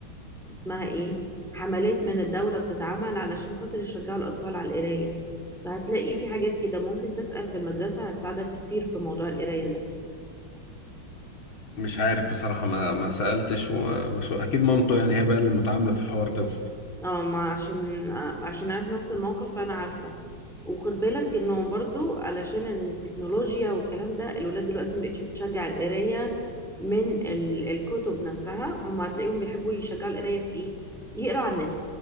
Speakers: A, in the centre; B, on the left.
A: اسمها إيه حملات من الدولة بتتعمل علشان خاطر يشجعوا الأطفال على القراية فهتلاقي في حاجات كده ممكن تسأل في المدرسة هتساعدك كتير في موضوع القراية ده
B: مش عارف بصراحة ما, ما سألتش ومش... أكيد مامته يعني هي بقى اللي متعاملة في الحوار ده
A: اه ما عشان عشان أنا في نفس الموقف فأنا عارفة وخد بالك انه برضو علشان التكنولوجيا والكلام ده الولاد دلوقتي مبقتش بتشجع القراية من ال- الكتب نفسها هم هتلاقيهم بيحبوا يشجعوا القراية في ايه يقرا على النت